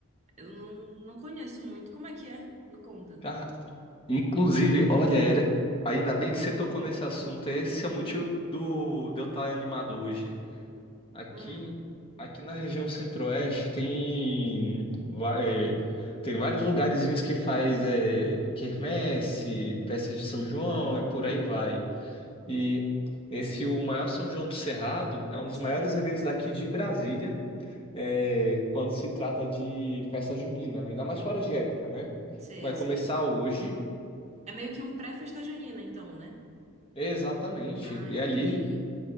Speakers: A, on the right; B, on the left.
A: Eu não, não conheço muito. Como é que é? Me conta.
B: Ah, inclusive, olha, era... ainda bem que você tocou nesse assunto. Esse é o motivo do... de eu estar animado hoje. Aqui,
A: Hum,
B: aqui na região centro-oeste tem... va- eh, tem vários lugarzinhos que faz eh, quermesse, festa de São João e por aí vai. E esse, o maior São João do Cerrado, é um dos
A: sim,
B: maiores eventos daqui de Brasília. é, quando se trata de festa junina, ainda mais fora de época, né?
A: sei,
B: Vai começar
A: sei.
B: hoje,
A: É meio que um pré-festa junina, então, né?
B: exatamente.
A: Ah,
B: E
A: entendi.
B: ali,